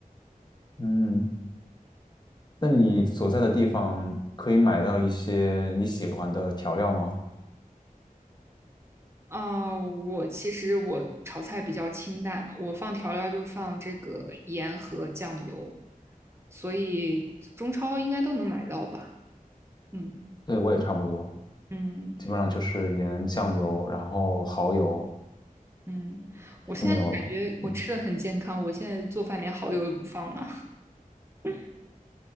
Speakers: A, on the left (about 30°); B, on the right (about 15°).
A: 嗯，那你所在的地方可以买到一些你喜欢的调料吗？
B: 啊、我其实我炒菜比较清淡，我放调料就放这个盐和酱油，所以中超应该都能买到吧？嗯
A: 对，我也差不多。
B: 嗯
A: 基本上就是盐、酱油，然后蚝油
B: 嗯，我现在感觉我吃的很健康，
A: 就没有了。嗯，
B: 我现在做饭连蚝油都不放了。<laughs>